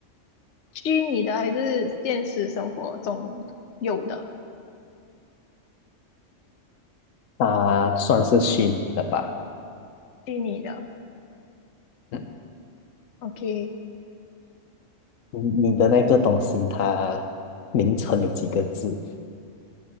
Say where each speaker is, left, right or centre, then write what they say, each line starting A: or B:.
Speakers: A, on the left; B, on the left.
A: 虚拟的还是现实生活中有的？
B: 它算是虚拟的吧？
A: 虚拟的
B: 嗯，
A: ，OK，
B: 你你的那个东西，它名称有几个字